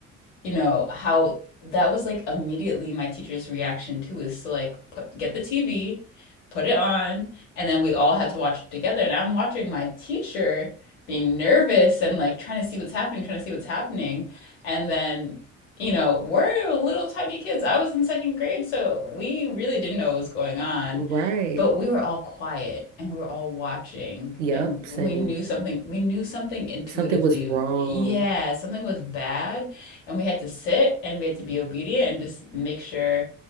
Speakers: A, on the left; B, on the right.
A: you know, how that was like immediately my teacher's reaction too is to like put get the TV, put it on, and then we all had to watch it together. And I'm watching my teacher being nervous and like trying to see what's happening, trying to see what's happening. And then, you know, we're little tiny kids. I was in second grade, so we really didn't know what was going on,
B: right.
A: but we were all quiet and we were all watching
B: Yep,
A: and we
B: same.
A: knew something, we knew something intuitively.
B: Something was wrong.
A: Yeah, something was bad and we had to sit and we had to be obedient and just make sure,